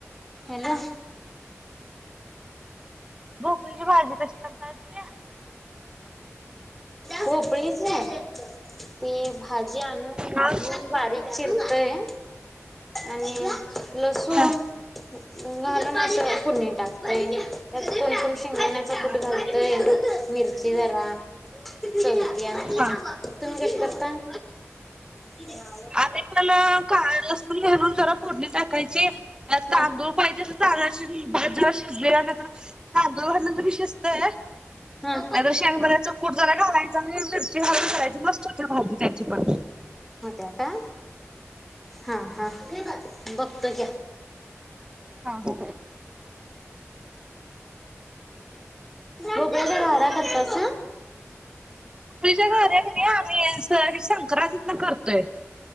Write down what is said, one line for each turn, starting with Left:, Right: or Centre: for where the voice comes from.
Centre: हॅलो?
Right: भोपळीची भाजी कशी करताय तुम्ही?
Centre: भोपळीची, ते भाजी आणून
Right: हा
Centre: धून बारीक चिरतोय, आणि लसूण
Right: हा
Centre: घालून अस पुडणी टाकतय, त्यात कोण कोण शेंगदाण्याचा
Right: हा
Centre: कुट घालतय. मिरची जरा चलत्या,
Right: हा
Centre: तुम्ही कशी करताय? क्याव.
Right: न‌इ पण का -लसून घालून स फोडनी टाकायची
Centre: हा
Right: तांदूळ पाहिजे तर तांद भाजूला शिजले नंतर तांदळ घरनंतरी शिजतय‌
Centre: हा
Right: नाही तर शेंगदाण्याचा कूट जरा घावायचा आणि मिरची हावी घरायची मस्त होते भाजी त्याची पण
Centre: होत्या का? हा हा बघतो घ्या.
Right: हा हो!
Centre: भोपळ्याच्या घाऱ्या करतासा.
Right: भोपळीच्या गारा आम्ही का नाही सं-संक्रातीला करतोय.